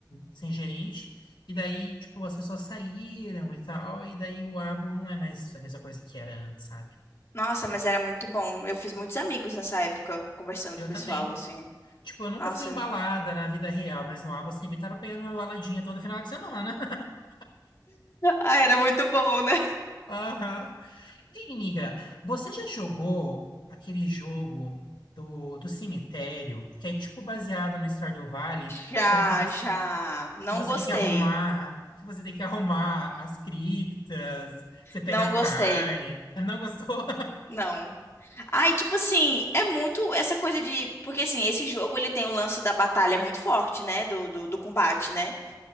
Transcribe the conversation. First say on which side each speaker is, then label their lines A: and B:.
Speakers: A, on the left (about 80°); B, on the left (about 35°).
A: sem gerente, e daí, tipo, as pessoas saíram e tal, e daí o Abo não é mais a mesma coisa que era antes, sabe?
B: Nossa, mas era muito bom. Eu fiz muitos amigos nessa época, conversando
A: Eu
B: com o pessoal,
A: também.
B: assim.
A: Tipo, eu nunca
B: Nossa.
A: fui embalada
B: <laughs>
A: na vida real, mas no Abo eu sempre tava pegando uma baladinha todo final de semana. <laughs>
B: Ah, era muito bom, né?
A: Aham. Ei, amiga, você já jogou aquele jogo do, do cemitério, que é tipo baseado no Stardew Valley,
B: Já,
A: só que você
B: já. Não
A: que você
B: gostei.
A: tem que arrumar, que você tem que arrumar as criptas, você pega
B: Não
A: a
B: gostei.
A: carne. Não gostou? <laughs>
B: Não. Ai, tipo assim, é muito essa coisa de. Porque assim, esse jogo ele tem o lance da batalha muito forte, né? Do, do, do combate, né?